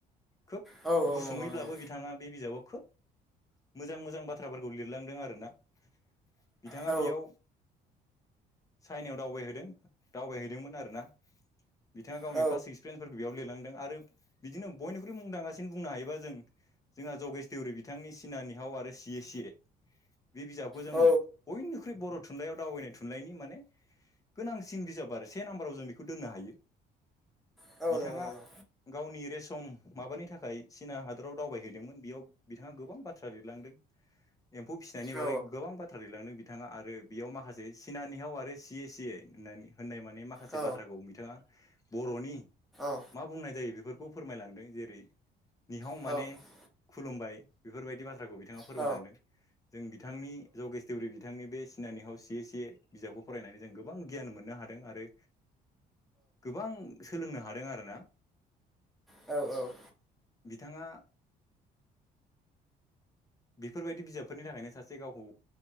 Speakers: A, on the left; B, in the centre.
A: खोब
B: औ
A: गुसुङैब्लाबो
B: नंगौ नंगौ
A: बिथाङा बे बिजाबाव खोब मोजां मोजां बाथ्राफोरखौ लिरलांदों आरोना बिथाङा
B: औ
A: बेयाव। चाइनायाव दावबायहैदों दावबायहैदोंमोन आरोना बिथाङा गावनि
B: औ
A: फार्स्ट सिक्स बेयाव लिरलांदों आरो बिदिनो बयनिख्रुइ मुंदांसिनो बुंनो हायोबा जों जोंहा जगेश देउरि बिथांनि सिनानिहाव आरो सि सि बे बिजाबखौ जों
B: औ
A: बयनिख्रुइ बर'। थुनलाइयाव दावबायनाय थुनलाइनि माने गोनांसिन बिजाब आरो से नाम्बाराव जों बेखौ दोननो हायो।
B: औ
A: बिथाङा
B: नंगौ नंगौ
A: गावनि रेस सम माबानि थाखाय चीना हादराव दावबायहैदोंमोन बेयाव बिथाङा गोबां बाथ्रा लिरलांदों। एम्फौ फिनायनि
B: औ
A: बागै गोबां बाथ्राारि लाांदों बि बिथाङा आरो बेयाव माखासे सिनानिहायाव आरो सियै सियै होननानै। होननाय माने माखासे
B: औ
A: बाथ्राखौ बिथाङा बर'नि
B: औ
A: मा बुंनाय जायो बेफोरखौ खौ फोरमायलांदों जेरै निहाव
B: नंगौ
A: माने
B: औ
A: खुलुमबाय बेफोरबायदि बाथ्रा। खौ बिथाङा फोरमायलांदों
B: औ
A: जों बिथांनि जगेश देवरी बिथांनि बे‌। सिनानियाव सेसे बिजाबखौ फरायनानै जों गोबां गियान मोननो हादों आरो। गोबां सोलोंनो हादों आरोना।
B: औ औ।
A: बिथाङा बेफोरबायदि बिजाबफोरनि थाखायनो सासे गावखौ।